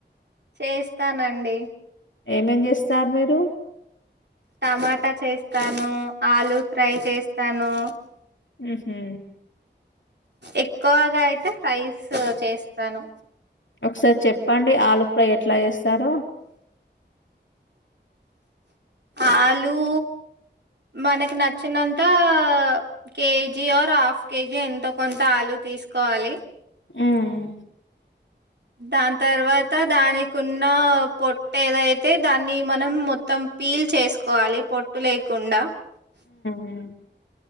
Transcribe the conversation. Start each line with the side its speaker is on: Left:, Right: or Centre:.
Right: చేస్తానండి
Left: ఏమేం చేస్తారు మీరు
Right: టమాట చేస్తాను, ఆలు ఫ్రై చేస్తాను
Left: ఉహు
Right: ఎక్కువ్గా ఐతే ఫ్రైస్ చేస్తాను
Left: ఒక్సారి చెప్పండి ఆలు ఫ్రై ఎట్లా జేస్తారో
Right: ఆలూ మనకి నచ్చినంతా కేజీ ఆర్ హాఫ్ కేజీ ఎంతో కొంత ఆలు తీస్ కోవాలి
Left: ఉమ్
Right: దాన్తర్వాత దానికున్నా పొట్టే ఏదైతే దాన్ని మనం మొత్తం పీల్ చేస్కోవాలి పొట్టు లేకుండ
Left: ఉమ్